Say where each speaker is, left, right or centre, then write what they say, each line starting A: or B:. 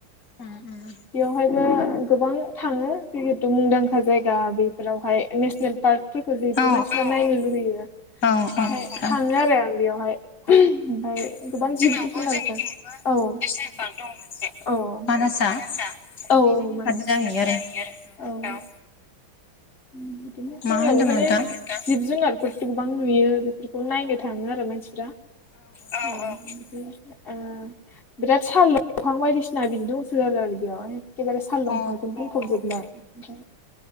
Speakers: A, on the left (about 45°); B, on the left (about 30°).
A: उम उम
B: बेयावहाय गोबां थाङो जिहेथु मुंदांखा जायगा बे फोरावहाय नेसनेल पार्कफोरखौ जिहेतु
A: औ
B: मानसिफ्रा नायनो लुुबैयो ओमफ्राय
A: औ औ औ
B: थाङो आरो आं बेयावहाय ओमफ्राय गोबां जि जोंनिथिंबो औ नेसनेल पार्क दं मोनसे औ औ
A: मानासआ
B: मान्दाबा औ औ
A: बे जोंनि
B: मानास
A: जाहैयो
B: खाथि
A: आरो
B: जाहैयो आरो औ बिदिनो
A: मा
B: जोंनियावबो
A: होनदोंमोन
B: माने
A: नोंथां
B: जिब जुनारफोरसो गोबां नुयो बेफोरखौ नायनो थाङो आरो मानसिफ्रा औ औ ओ बिराद साल दफां बायदिसिना बिदि दंसोगारो आरो बियाव एखेबारे सालदंफांजों
A: अ
B: बुंफबजोबबाय ओम ओम